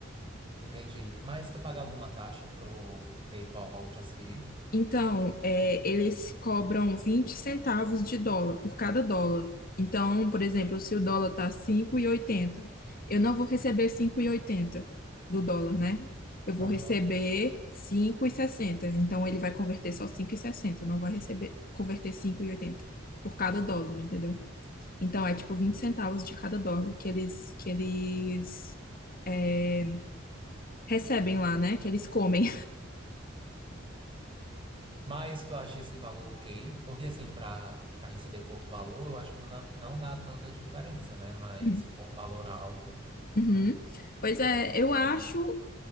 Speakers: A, on the right; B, on the left.
A: Entendi. Mas tu paga alguma taxa pro PayPal transferir?
B: Então, é, eles cobram 20 centavos de dólar por cada dólar. Então, por exemplo, se o dólar tá cinco e oitenta eu não vou receber cinco e oitenta do dólar, né? Eu vou
A: Aham.
B: receber cinco e sessenta Então, ele vai converter só cinco e sessenta não vai receber converter cinco e oitenta por cada dólar, entendeu? Então, é tipo 20 centavos de cada dólar que eles que eles é, recebem lá, né? Que eles comem.
A: Mas tu acha esse valor ok? Porque assim, para para receber pouco valor, eu acho que não dá, não dá tanta diferença, né? Mas
B: <laughs>
A: se for um valor alto,
B: Uhum. Pois é, eu acho